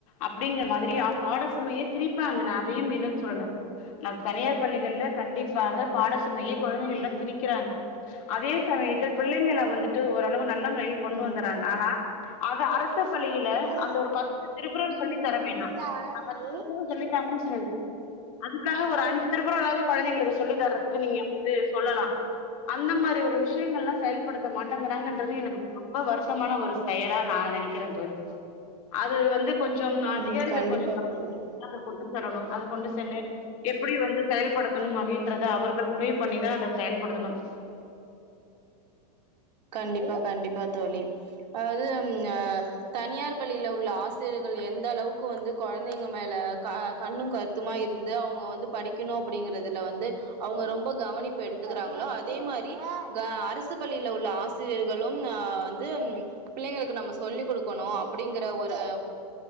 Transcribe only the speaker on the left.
அப்டிங்கிற மாதிரி பாடசுமையே திண்ணிப்பாங்க நா அதையும் இல்லன் சொல்லல ந தனியார் பள்ளிகள்ல கண்டிப்பாக பாடசு சுமைய கொழந்தைங்கள்ல
திணிக்கிறாங்க அதே சமயத் பிள்ளைங்கள வந்துட்டு ஓரளவு நல்ல லல முறையில் கொண்டு
வந்துறாங்க ஆனா அது அரசு ரசு பள்ளியில
அந்த ஒரு பத்து திருக்குறள் சொல்லி தர வேணா
பத்து திருக்குறள் சொல்லி தாங்கனு சொல்லல அதுக்கு அதுக்காக ஒரு அஞ்சு திரு குறளாது கொழந்தைங்ளுக்கு சொல்லி தர்றதுக்கு நீங்க வந்து சொல்லலா அந்த மாரி ஒரு விஷயங்கல்லா படுத்த மாட்டேங்கிறாங்கன்றது எனக்கு ம்ப வருத்தமான ஒரு செயலா நா நெனைக்கிறே தோழி அது வந்து கொஞ்சம் அதிகாரிகள்
கொஞ்சம்
<unintelligible> கொண்டு செல்லணும் கொண்டு சென்னு எப்படி வந்து செயல்படுத்தணும் அப்படின்றது அவர்கள்
முடிவு பண்ணிதான் அதை செயல் படுத்தனும்